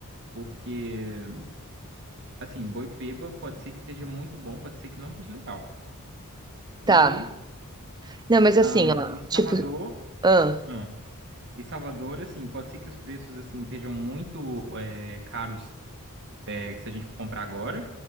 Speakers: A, on the right (about 55°); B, on the right (about 20°).
A: Porque, assim, Boipeba pode ser que esteja muito bom, pode ser que não esteja legal.
B: tá.
A: E,
B: Não, mas
A: ah,
B: assim, ó,
A: e Salvador,
B: tipo, ah,
A: ah, e Salvador, assim, pode ser que os preços, assim, estejam muito, eh, caros é, se a gente for comprar agora.